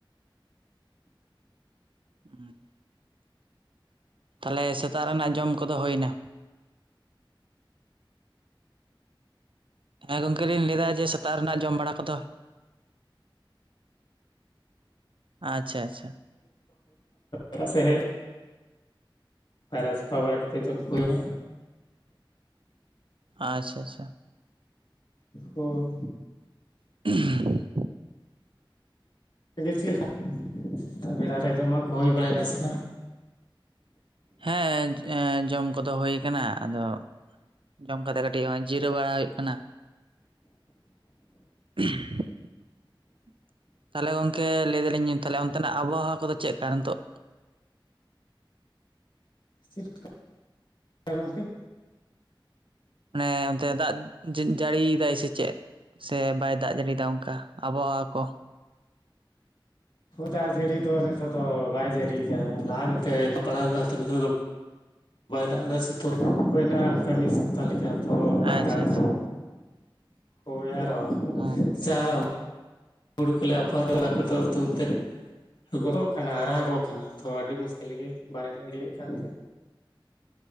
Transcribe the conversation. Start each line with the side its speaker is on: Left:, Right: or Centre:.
Right: ᱦᱮᱸ ᱛᱟᱦᱚᱞᱮ ᱥᱮᱛᱟᱜ ᱨᱮᱱᱟᱜ ᱡᱚᱢ ᱠᱚᱫᱚ ᱦᱩᱭᱱᱟ? ᱦᱮᱸ ᱜᱚᱝᱠᱮ ᱞᱤᱧ ᱞᱟᱹᱭᱫᱟ ᱡᱮ ᱥᱮᱛᱟᱜ ᱨᱮᱱᱟᱜ ᱡᱚᱢ ᱵᱟᱲᱟ ᱠᱚᱫᱚ? ᱟᱪᱪᱷᱟ ᱟᱪᱪᱷᱟ
Left: ᱟᱜ ᱥᱮᱫ ᱦᱮᱡ ᱯᱟᱭᱨᱟ ᱥᱟᱯᱷᱟ ᱵᱟᱲᱟ ᱠᱟᱛᱮᱮᱫ ᱡᱚᱢ ᱠᱚ ᱦᱩᱭᱩᱜᱼᱟ᱾
Right: ᱟᱪᱪᱷᱟ ᱟᱪᱪᱷᱟ
Left: ᱦᱳᱭ
Right: <inaudible>
Left: ᱮ ᱪᱮᱫ ᱞᱮᱠᱟ ᱥᱮᱛᱟᱜ ᱵᱮᱲᱟᱮ ᱡᱚᱢᱟᱜ ᱠᱚ ᱦᱩᱭ ᱵᱟᱲᱟᱭ ᱱᱟ ᱥᱮ ᱵᱟᱝ?
Right: ᱦᱮᱸ ᱡᱚᱢ ᱠᱚᱫᱚ ᱦᱩᱭ ᱠᱟᱱᱟ ᱟᱫᱚ ᱡᱚᱢ ᱠᱟᱛᱮᱜ ᱠᱟᱹᱴᱤᱡ ᱡᱤᱨᱟᱹᱣ ᱵᱟᱲᱟ ᱦᱩᱭᱩᱜ ᱠᱟᱱᱟ᱾ <inaudible> ᱛᱟᱦᱚᱞᱮ ᱜᱚᱢᱠᱮ ᱞᱟᱹᱭ ᱫᱟᱞᱤᱧ ᱛᱟᱦᱮ ᱚᱱᱛᱮᱱᱟᱜ ᱟᱵᱚᱦᱟᱣᱟ ᱠᱚᱫᱚ ᱪᱮᱫ ᱞᱮᱠᱟ ᱱᱤᱛᱚᱜ <inaudible>
Left: ᱪᱮᱫ ᱜᱚᱝᱠᱮ
Right: ᱟᱱᱮ ᱚᱱᱛᱮ ᱫᱟᱜ ᱡᱟᱹᱲᱤᱭᱮᱫᱟᱭ ᱥᱮ ᱪᱮᱫ? ᱥᱮ ᱵᱟᱭ ᱫᱟᱜ ᱡᱟᱹᱲᱤᱭᱫᱟ ᱚᱱᱠᱟ᱾ ᱟᱵᱚᱦᱟᱣᱟ ᱠᱚ
Left: ᱫᱟᱜ ᱡᱟᱹᱲᱤ ᱫᱚ ᱱᱤᱛᱚᱜ ᱫᱚ ᱵᱟᱭ ᱡᱟᱹᱲᱤᱭᱟ ᱞᱟᱦᱟ ᱧᱚᱜᱚᱛᱯᱲᱟᱣ ᱞᱮᱱᱟᱚ ᱱᱤᱛᱚᱜ ᱫᱚ ᱵᱟᱭ ᱫᱟᱜ ᱮᱫᱟ <unintelligible> ᱢᱤᱫ ᱥᱚᱯᱛᱟ ᱞᱮᱠᱟ ᱛᱚ ᱵᱟᱭ
Right: ᱟᱪᱪᱷᱟ
Left: ᱫᱟᱜ ᱟᱠᱟᱫᱟ
Right: ᱟᱪᱪᱷᱟ
Left: <unintelligible>
Right: ᱚ
Left: ᱦᱩᱲᱩ ᱠᱚᱞᱮ ᱟᱯᱚᱨ <unintelligible> ᱜᱚᱫᱚᱜ ᱠᱟᱱᱟ ᱟᱨᱟᱜᱚᱜ ᱠᱟᱱᱟ ᱛᱚ ᱟᱹᱰᱤ ᱢᱩᱥᱠᱤᱞ ᱜᱮ ᱵᱟᱭ ᱫᱟᱲᱮᱮᱜ ᱠᱟᱱᱛᱮ